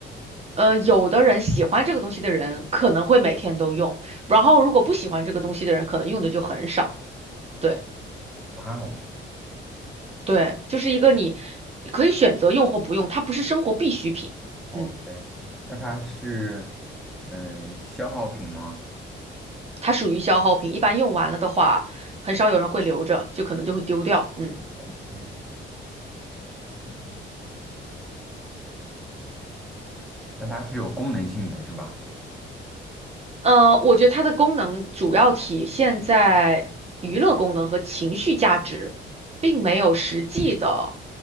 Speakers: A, on the right (about 30°); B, in the centre.
A: 呃，有的人喜欢这个东西的人可能会每天都用，然后如果不喜欢这个东西的人，可能用的就很少。对。
B: 哇哦
A: 对，就是一个你可以选择用或不用，它不是生活必需品，
B: ，OK，
A: 嗯，
B: 那它是，嗯、呃消耗品吗
A: 它属于消耗品，一般用完了的话，很少有人会留着，就可能就会丢掉，嗯，
B: ？OK，嗯，那它是有功能性的，是吧？
A: 呃，我觉得它的功能主要体现在娱乐功能和情绪价值，并没有实际的